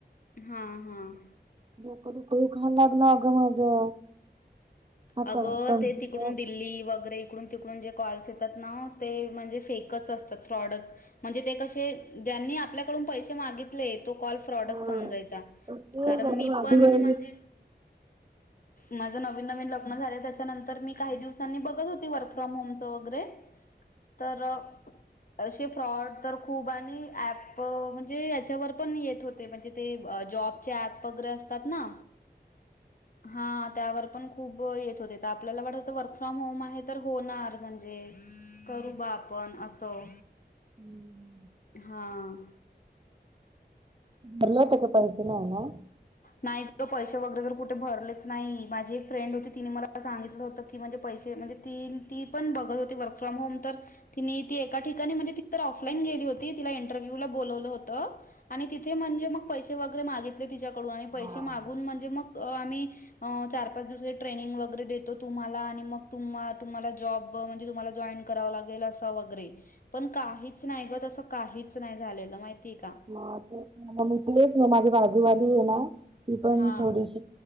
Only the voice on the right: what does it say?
डोकं दुखायला लागलं अगं माझं. हा
का कम्प्युटर
हा
ते माझी
काही
<inaudible>
भरलं होत सकाळी ते नाय ना.
ना
<unintelligible> माझी बाजूवाली आहे ना ती पण
थोडीशी.